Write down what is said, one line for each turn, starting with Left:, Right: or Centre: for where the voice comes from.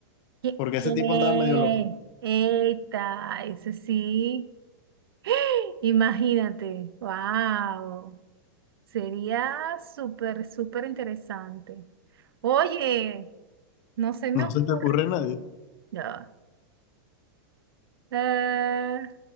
Right: que
Left: porque
Right: ¡Eh!
Left: ese tipo andaba medio loco.
Right: ¡Eita! Ese sí. <gasps> <laughs> Imagínate. ¡Wow! Sería súper, súper interesante. Oye, No se me
Left: No
Right: ocurre.
Left: se te ocurre a nadie.
Right: Ya. Eh,